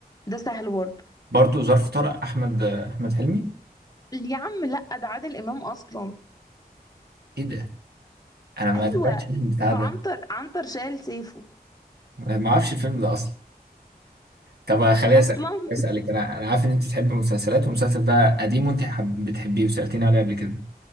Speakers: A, on the left (about 25°); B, on the right (about 85°).
A: ده سهل برضه
B: برضه ظرف طارق احمد احمد حلمي
A: يا عم لا ده عادل امام اصلا
B: ايه ده انا ما
A: ايوه
B: تابعتش البتاع
A: فعنتر
B: ده
A: عنتر شال سيفه
B: ما اعرفش الفيلم ده اصلا طب خليني
A: اصلا
B: اسالك خليني
A: <laughs>
B: اسالك انا انا عارف ان انت تحب المسلسلات والمسلسل ده قديم وانت حب... بتحبيه وسالتيني عليه قبل كده